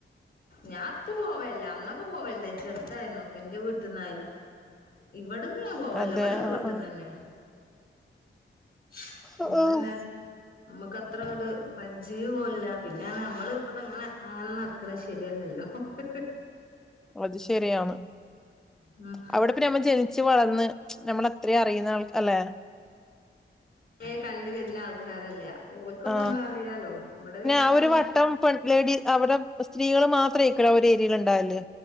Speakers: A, on the left; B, in the centre.
A: ഞാൻ പ്പം പോവല്ല അന്നൊക്കെ പോവല്ണ്ടേരുന്നു ചെറുതായിരുന്നപ്പം ഇൻ്റെ വീട്ടിന്നു ഇവിടുന്ന് ഞാൻ പോവല്ല
B: അതെ
A: ഇവിടെ വീട്ടിന്നെ
B: ആഹ്
A: ന്നെ <unintelligible>
B: ആഹ്
A: നമുക്ക് അത്ര ങ്ങട്ട് പരിചയവുല്ല പിന്നെ ഞമ്മൾ ഇവിടങ്ങനെ അങ്ങനെ നടക്കും നടക്കണ ശരിയല്ലല്ലോ ഹ് ഹ്
B: അത് ശെരിയാണ്
A: ഉം
B: അവിടെ ഇപ്പം നമ്മൾ ജനിച്ച് വളർന്ന് നമ്മൾ അത്രേം അറിയുന്ന ആൾ അല്ലേ
A: ഏ കണ്ട് വര്ണ ആൾക്കാരല്ല ഓർക്കൊക്കെ
B: ആഹ്
A: നമ്മളെ അറിയാല്ലോ ഇവിടെ വെരുമ്പം
B: ആ ഒരു
A: പിന്നെ
B: വട്ടം പെൺ ലേഡീ അവിടെ സ്ത്രീകൾ മാത്രം നിൽക്കുന്ന ഏരിയ ഉണ്ടായില്ലേ